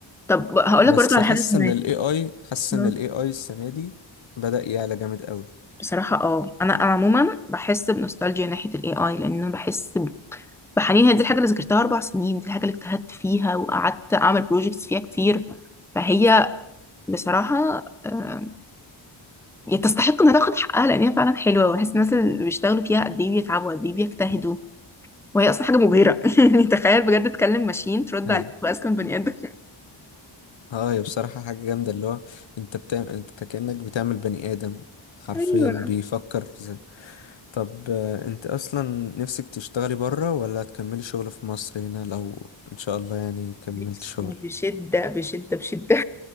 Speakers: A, in the centre; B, on the left.
A: طب هقول
B: بس
A: لك برضه على
B: حاسس
A: حاجه كمان
B: ان ال AI حاسس
A: آه.
B: ان ال AI السنة دي بدأ يعلى جامد قوي
A: بصراحه اه انا انا عموما بحس بنوستالجيا ناحيه الاي اي لانه بحس ب- بحنين هي دي الحاجه اللي ذاكرتها اربع سنين دي الحاجه اللي اجتهدت فيها وقعدت اعمل بروجكتس فيها كتير فهي بصراحه آه يعني تستحق انها تاخد حقها لان هي فعلا حلوه وبحس الناس اللي بيشتغلوا فيها قد ايه بيتعبوا قد ايه بيجتهدوا وهي اصلا حاجه مبهره <laughs> يعني تخيل بجد تكلم ماشين ترد
B: ايوه
A: عليك واذكى من بني ادم
B: اه هي بصراحة حاجة جامدة اللي هو انت بتعمل انت كأنك بتعمل بني آدم حرفيا
A: ايوه
B: بيفكر طب آه، انت اصلا نفسك تشتغلي بره ولا هتكملي شغل في مصر هنا لو ان شاء الله يعني كملت
A: نفسي
B: شغل
A: بشدة بشدة بشدة